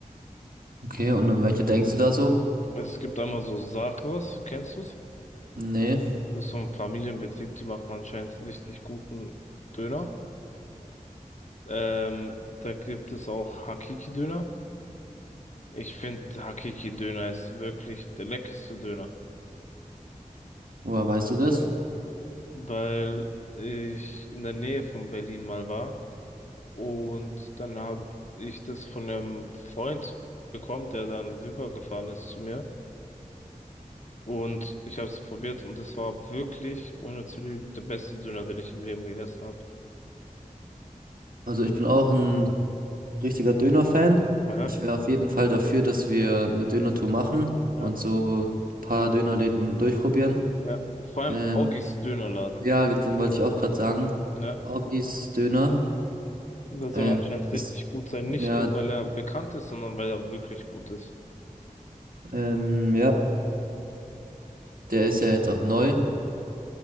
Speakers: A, on the right (about 85°); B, on the left (about 55°).
A: Okay, und an welche denkst du da so?
B: Es gibt einmal so Sarkos, kennst du's?
A: Nee.
B: Das ist so ein Familienbetrieb, die machen anscheinend richtig guten Döner. Ähm, da gibt es auch Hakiki-Döner. Ich finde, Hakiki-Döner ist wirklich der leckerste Döner,
A: Woher weißt du das?
B: weil ich in der Nähe von Berlin mal war und dann habe ich das von einem Freund bekommen, der dann rübergefahren ist zu mir und ich habe es probiert und es war wirklich, ohne zu lügen, der beste Döner, den ich im Leben gegessen habe.
A: Also ich bin auch ein richtiger Döner-Fan.
B: Aha.
A: Ich wäre auf jeden Fall dafür, dass wir eine Döner-Tour machen
B: Ja,
A: und so ein paar Dönerläden durchprobieren.
B: ja. Vor allem
A: Ähm,
B: Augis Dönerladen.
A: ja, dann wollte ich auch gerade sagen,
B: Ja,
A: Augis Döner,
B: der soll
A: ähm,
B: anscheinend
A: ist,
B: richtig gut sein. Nicht
A: ja,
B: nur, weil er bekannt ist, sondern weil er wirklich gut ist.
A: ähm, ja, der ist ja jetzt auch neu